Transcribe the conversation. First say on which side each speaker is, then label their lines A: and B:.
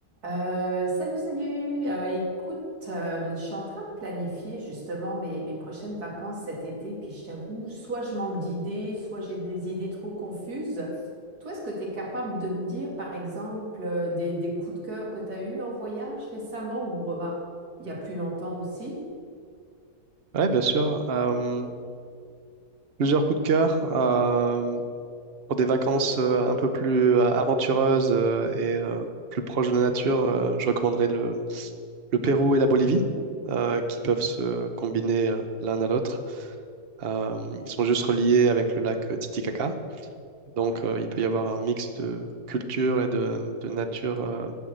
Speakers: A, on the right; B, on the right.
A: Euh, salut, salut. Euh, écoute, euh, je suis en train de planifier justement mes, mes prochaines vacances cet été, puis je t'avoue, soit je manque d'idées, soit j'ai des idées trop confuses. Toi, est-ce que tu es capable de me dire, par exemple, euh, des, des coups de cœur que tu as eus en voyage récemment ou remarque, il y a plus longtemps aussi?
B: Ouais, bien sûr. Euh, plusieurs coups de cœur euh, pour des vacances euh, un peu plus euh, aventureuses euh, et euh, plus proches de la nature. euh, je recommanderais le, le Pérou et la Bolivie, euh, qui peuvent se combiner euh, l'un à l'autre. Euh, ils sont juste reliés avec le lac euh, Titicaca, donc euh, il peut y avoir un mix de culture et de, de nature euh,